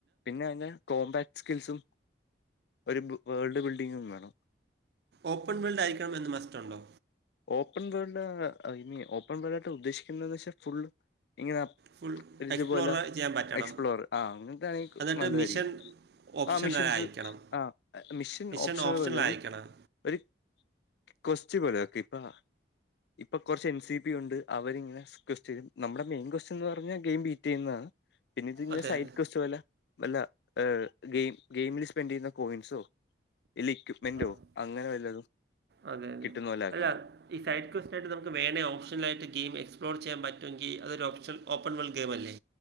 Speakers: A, on the left; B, on the right.
A: പിന്നെ എന്താ കോംമ്പാക്റ്റ് സ്കിൽസും ഒരു വേൾഡ് ബിൽഡിങ്ങും വേണം
B: ഓപ്പൺ വീൾഡ് ആയിരിക്കണം എന്ന് മസ്റ്റുണ്ടോ
A: ഓപ്പൺ വേൾഡ് ഓപ്പൺ വേൾഡ് ആയിട്ട് ഉദ്ദേശിക്കുന്നന്ന് വെച്ചാൽ ഫുൾ ഇങ്ങനെ
B: ഫുൾ
A: ഒരു ഇതുപോലെ
B: എക്സ്പ്ലോർ ചെയ്യാൻ പറ്റണം
A: എക്സ്പ്ലോർ ആ അങ്ങനത്തൊണ്
B: എന്നിട്ട്
A: നല്ലതായിരിക്കും
B: മിഷൻ ഓപ്ഷണൽ
A: ആ മെഷീൻസ്
B: ആയിരിക്കണം
A: ആ മെഷീൻ
B: മിഷൻ
A: ഓപ്ഷനൽ
B: ഓപ്ഷണൽ
A: പോലെ
B: ആയിരിക്കണം
A: ഒരു കൊസ്റ്റ് പോലെ കൃപ്പ ഇപ്പൊ കൊറച്ച് എൻ സി പി ഉണ്ട് അവരിങ്ങനെ കൊസ്റ്റ് നമ്മുടെ മെയിൻ കൊസ്റ്റ് പറഞ്ഞാ ഗെയിം ബീറ്റ് ചെയ്യുന്നതാണ് പിന്നെ ഇത്
B: അതെ
A: സൈഡ്
B: അതെ
A: കൊസ്ല് നല്ല ഗെയിം ഗെയിമിൽ സ്പെൻഡ് ചെയ്യുന്ന കോയിൻസും ഇല്ല ഇക്യപ്മെന്റോ
B: ആ
A: അങ്ങനെ വല്ലതും
B: അതെ അതെ
A: കിട്ടുന്ന പോലെ ആക്കണം
B: അല്ല ഈ സൈഡ് കൊസ്റ്റായിട്ട് നമുക്ക് വേണേൽ ഓപഷൽായിട്ട് ഗെയ്ം എക്സ്പ്ളോർ ചെയ്യൻ പറ്റൊങ്കി അതൊരു ഒപ്ഷൽ ഓപ്പൺ വേൾഡ് ഗെയിമല്ലേ